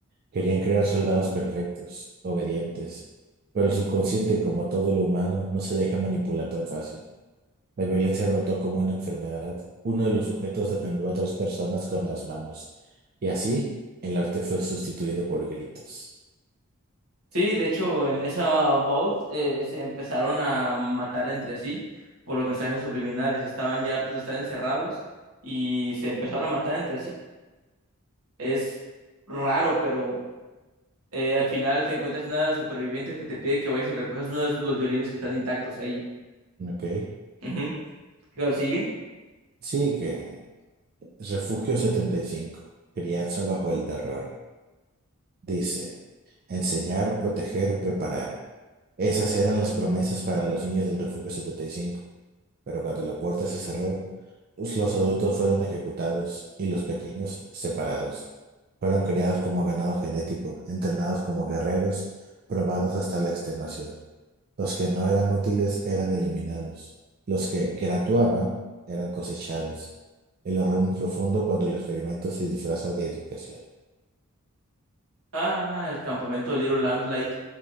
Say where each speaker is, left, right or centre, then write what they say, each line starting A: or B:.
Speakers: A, on the right; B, on the right.
A: Querían crear soldados perfectos, obedientes, pero el subconsciente, como todo lo humano, no se deja manipular tan fácil. La violencia brotó como una enfermedad. Uno de los sujetos desmembró a tres personas con las manos, y así el arte fue sustituido por gritos.
B: Sí, de hecho, en esa Vault eh, se empezaron a matar entre sí por los mensajes subliminales. Estaban ya hartos de estar encerrados y se empezaron a matar entre sí. Es raro, pero eh, al final te encuentras una de las supervivientes que te pide que vayas y recojas uno de sus- los violines que están intactos ahí.
A: Ujú, Ok.
B: Ujú. ¿Qué tal sigue?
A: Sí, que Refugio 75, crianza bajo el terror. Dice, enseñar, proteger, preparar. Esas eran las promesas para los niños del Refugio setenta y cinco. pero cuando la puerta se cerró, pues, los adultos fueron ejecutados y los pequeños separados. Fueron criados como ganado genético, entrenados como guerreros, probados hasta la extenuación. Los que no eran útiles eran eliminados. Los que gratuaban eran cosechados. El horror muy profundo cuando el experimento se disfraza de educación.
B: Ah, el campamento de Little Lamplight.